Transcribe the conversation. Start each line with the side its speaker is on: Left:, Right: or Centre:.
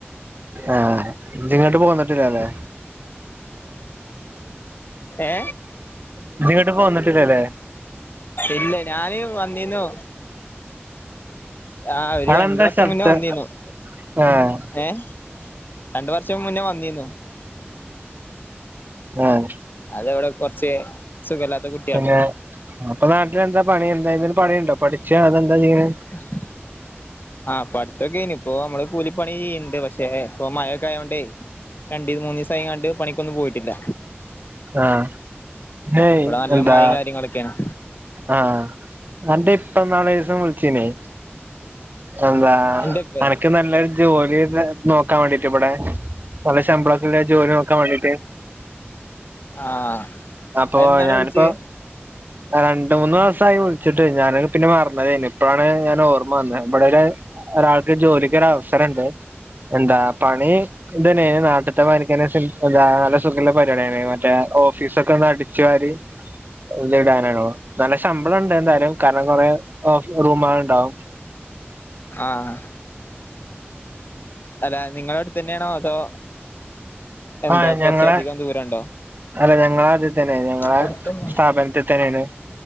Right: ആഹ് ഇജിങ്ങോട്ട് പോന്നിട്ടില്ലാല്ലേ
Left: ഏ
Right: ഇജ്ജ് ഇങ്ങട്ട് പോന്നിട്ടില്ലല്ലേ
Left: ഇല്ലേ ഞാന് വന്നീന്നു ആഹ് ഒരു
Right: അവിടെന്താ
Left: രണ്ടു വർഷം
Right: ശബ്ദം
Left: മുന്നേ വന്നിന്നു
Right: ആഹ്
Left: ഏഹ് രണ്ട് വർഷം മുന്നേ വന്നിന്നു
Right: ഏഹ്
Left: അത് ഇവിടെ കുറച്ച് സുഖലാത്ത കു
Right: പിന്നെ അപ്പൊ നാട്ടില് എന്താ പണി എന്തായിരുന്നു പണിണ്ടോ പഠിച്ച അതെന്താ ചെയ്യ്ണേ
Left: <inaudible> ആഹ് പടുത്തൊക്കെ കഴിഞ്ഞ് ഇപ്പൊ നമ്മള് കൂലിപ്പണി ചെയ്യ്ണ്ട് പക്ഷെ ഇപ്പൊ മഴൊക്കെ ആയോണ്ടേ രണ്ട് മൂന്നിസായികാണ്ട് പണിക്കൊന്നും പോയിട്ടില്ല
Right: ആഹ് പിന്നെയ്
Left: ഇവിടെ നല്ല
Right: എന്താ
Left: മഴയും കാര്യങ്ങളൊക്കെയാണ്
Right: ആഹ് അന്റെ ഇപ്പ ഇന്നാളൊരു ദിവസം വിളിച്ചീനേ എന്താ
Left: എന്റെപ്പേ
Right: അനക്ക് നല്ല <unintelligible> നോക്കാൻ വേണ്ടീട്ട് ഇവിടെ നല്ല ശമ്പളൊക്കെളള ജോലി നോക്കാൻ വേണ്ടീട്ട്
Left: ആഹ്
Right: അപ്പൊ
Left: എന്നാണ്
Right: ഞാനിപ്പോ
Left: വിളിച്ചേ
Right: രണ്ട് മൂന്ന് ദിവസായി വിളിച്ചിട്ട് ഞാന് പിന്നെ മറ തേനു ഇപ്പോഴാണ് ഞാന് ഓർമ്മ വന്നത് ഇവടെ ഒരു ഒരാൾക്ക് ജോലിക്ക് കേറാൻ അവസരണ്ട് എന്താ പണി ഇതന്നെ നാട്ടിത്തെ മാരിക്കെന്നെ എന്താ നല്ല സുഖള്ള പരിപാടി തന്നെ മറ്റേ ഓഫീസൊക്കൊന്ന് അടിച്ചു വാരി ഇത്ടാനാണോ നല്ല ശമ്പളം ഉണ്ട് എന്തായാലും കാരണം കുറെ റൂമള് ഉണ്ടാവും
Left: ആഹ് അല്ല നിങ്ങളെ അടുത്ത് തന്നെയാണോ അതോ എന്താ
Right: ആ
Left: കുറച്ചധികം
Right: ഞങ്ങളെ
Left: ദൂരം ഉണ്ടോ
Right: അല്ല ഞങ്ങളെ അട്ത്ത് തന്നെ ഞങ്ങളെ
Left: അടുത്തന്നെ
Right: സ്ഥാപനത്തിൽ തന്നെയാണ്